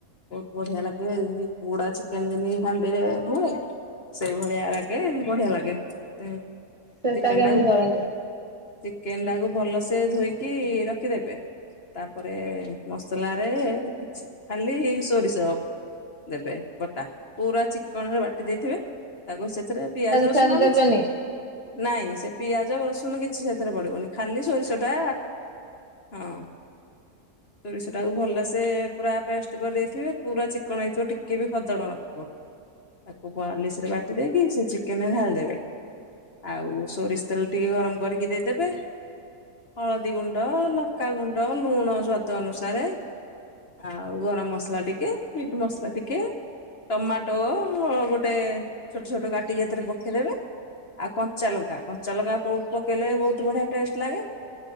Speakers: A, on the left; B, on the right.
A: ବହୁତୁ ବଢିଆ ଲାଗେ ଯେମିତି ପୋଡା ଚିକେନେ ଯେମିତି ହାଣ୍ଡିରେ ହୁଏ। ସେଇଭଳିଆ ରାଗେ ବଢିଆ ଲାଗେ ଚିକେନେ
B: ସେଟା କେମିତି
A: ଟାକୁ
B: କରନ୍ତି
A: ଚିକେନେ ଟାକୁ ଭଲସେ ଧୋଇକି ରଖିଦେବେ ତାପରେ ମସଲା ରେ କିଛି ଖାଲି ସୋରିଷ ଦେବେ ବଟା ପୁରା ଚିକଣ ରେ ବାଟି ଦେଇଥିବେ ତାକୁ ସେଥିରେ ପିଆଜ ରସୁଣ
B: ଫିଆଜ ଦେବେନି?
A: କିଛି ନାଇଁ ସେ ପିଆଜ ରସୁନ କିଛି ସେଥିରେ ପଡିବନି ଖାଲି ସୋରିଷ ଟା ହଁ। ତୋରିଷ ଟାକୁ ଭଲସେ ପୁରା ପେଷ୍ଟ କରିଦେଇଥିବେ ପୁରା ଚିକଣ ହେଇଥିବ ଟିକେ ବି ଖଦଡ ନଥିବ। ତାକୁ ପଲିଶି ରେ ବା ବାଟି ଦେଇକି ସେ ଚିକେନେରେ ଢାଳିଦେବେ ଆଉ ସୋରିଷ ତେଲ ଟିକେ ଗରମ କରିକି ଦେଇଦେବେ। ହଳଦୀଗୁଣ୍ଡ, ଲଙ୍କାଗୁଣ୍ଡ, ଲୁଣ ସ୍ୱାଦ ଅନୁସାରେ। ଆଉ ଗରମ ମସଲା ଟିକେ, ମିଟ ମସଲା ଟିକେ, ଟମାଟୋ ଗୋଟେ ଛୋଟ ଛୋଟ କାଟିକି ଏଥିରେ ପକେଇଦେବେ। ଆଉ କଞ୍ଚାଲଙ୍କା କଞ୍ଚା ଲଙ୍କା ପ ପକେଇଲେ ବହୁତୁ ବଢିଆ ଟେଷ୍ଟ ଲାଗେ।